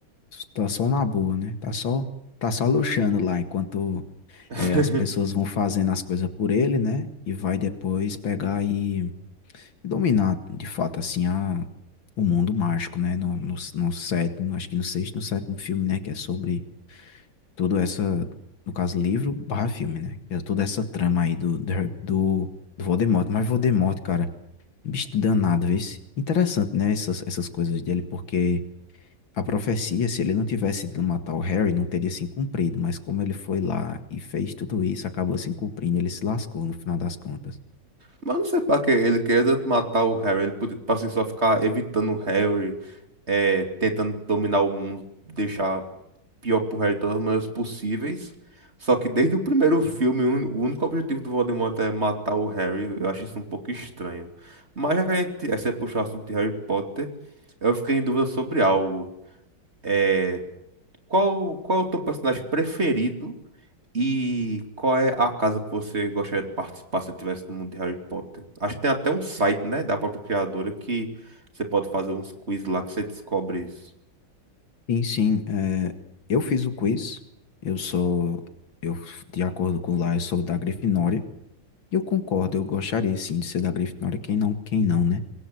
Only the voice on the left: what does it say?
tá só na boa, né? Tá só, tá só luxando lá enquanto
É, as pessoas vão fazendo as coisas por ele, né? E vai depois pegar e dominar, de fato, assim, a, o mundo mágico, né? No, no, no sétimo, acho que no sexto, no sétimo filme, né? Que é sobre toda essa, no caso, livro barra filme, né? Que é toda essa trama aí do, do, Harry- do, do Voldemort. Mas Voldemort, cara, um bicho danado, esse. Interessante, né? Essas, essas coisas dele, porque a profecia, se ele não tivesse ido matar o Harry, não teria se cumprido, mas como ele foi lá e fez tudo isso, acabou se cumprindo, ele se lascou no final das contas.
Sim, sim, é, eu fiz o quiz, eu sou, eu, de acordo com lá, eu sou da Grifinória, e eu concordo, eu gostaria sim de ser da Grifinória, quem não, quem não, né?